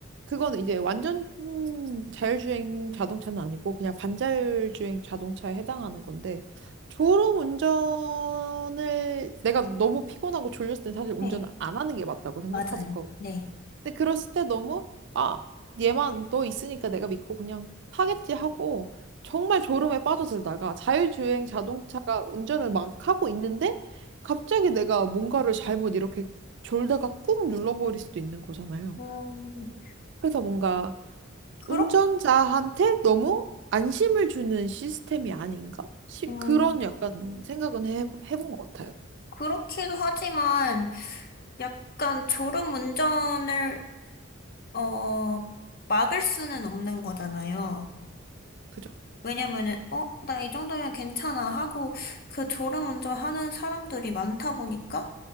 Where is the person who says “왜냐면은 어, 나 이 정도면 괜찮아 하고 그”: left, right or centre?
Left